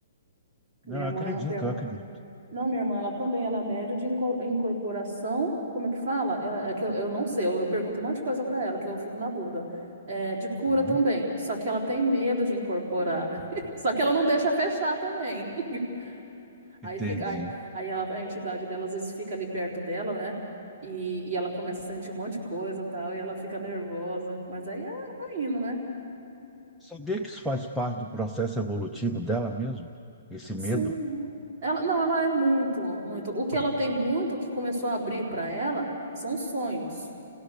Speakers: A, in the centre; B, on the right.
A: Não,
B: Minha
A: eu
B: irmã,
A: acredito, eu acredito.
B: não, minha irmã, ela também, ela é médio de inco- incorporação, como é que fala? É, é que eu, eu não sei, eu, eu pergunto um monte de coisa pra ela, que eu fico na dúvida. É, de cura
A: aham.
B: também, só que ela tem medo de incorporar. <laughs> Só que ela não deixa fechar também. <laughs> Aí
A: Entendi.
B: fica, aí, aí a, a entidade dela às vezes fica ali perto dela, né? E, e ela começa a sentir um monte de coisa e tal, e ela fica nervosa. Mas aí ah, vai indo, né?
A: Sabia que isso faz parte do processo evolutivo dela mesmo? Esse medo?
B: Sim. Ela, não, ela é muito, muito. O que ela tem muito, o que começou a abrir pra ela, são sonhos.